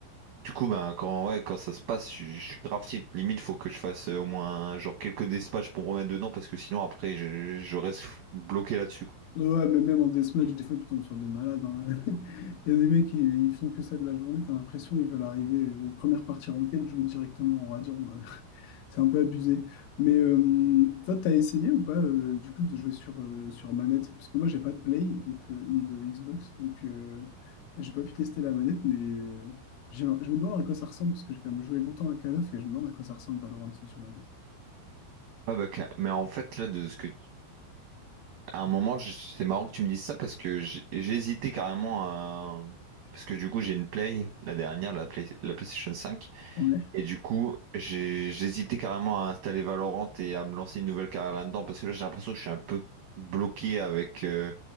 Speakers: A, on the right; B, on the left.
A: Du coup, ben, quand, ouais, quand ça se passe, je, je suis grave tilt. Limite, faut que je fasse euh, au moins genre quelques dispatchs pour me remettre dedans parce que sinon, après, je, je reste bloqué là-dessus, quoi.
B: Ouais, ouais, mais même en deathmatch, des fois, tu tombes sur des malades. hein. <laughs> Il y a des mecs, qui ils font que ça de la journée, t'as l'impression ils veulent arriver, euh, première partie ranked, jouer directement en radiant. ouais. C'est un peu abusé. Mais euh, toi, t'as essayé ou pas euh, du coup de jouer sur, euh, sur manette? Parce que moi, j'ai pas de Play donc, euh, ni de Xbox, donc euh, j'ai pas pu tester la manette, mais euh, j'ai- je me demande à quoi ça ressemble, parce que j'ai quand même joué longtemps à Call of et je me demande à quoi ça ressemble Valorant sur manette.
A: Ouais, bah, ca- mais en fait, là, de ce que tu- à un moment, je- c'est marrant que tu me dises ça parce que j'ai- j'ai hésité carrément à. Parce que du coup, j'ai une Play, la dernière, la Play- la PlayStation 5.
B: Ouais.
A: Et du coup, j'ai- j'hésitais carrément à installer Valorant et à me lancer une nouvelle carrière là-dedans parce que là, j'ai l'impression que je suis un peu bloqué avec euh,